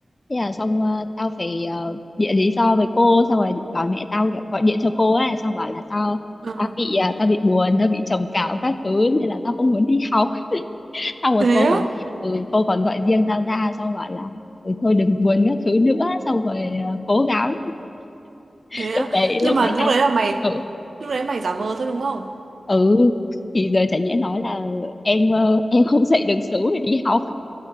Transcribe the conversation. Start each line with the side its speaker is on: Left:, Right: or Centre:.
Left: thế là xong ờ, tao phải ờ, bịa lý do với cô xong rồi bảo mẹ tao kiểu gọi điện cho cô á xong bảo là tao
Right: ừ
Left: tao bị ờ, tao bị buồn tao bị trầm cảm các thứ nên là tao không muốn đi học <laughs> xong rồi
Right: thế
Left: cô
Right: á
Left: còn ừ, cô còn gọi riêng tao ra xong bảo là ừ, thôi đừng buồn các thứ nữa xong rồi ờ, cố gắng <laughs>
Right: thế
Left: lúc
Right: á
Left: đấy lúc
Right: nhưng mà
Left: đấy
Right: lúc
Left: tao
Right: đấy là mày
Left: ừ,
Right: lúc đấy mày giả vờ thôi đúng không
Left: ừ thì giờ chả nhẽ nói là em ờ, em không dậy được sớm để đi học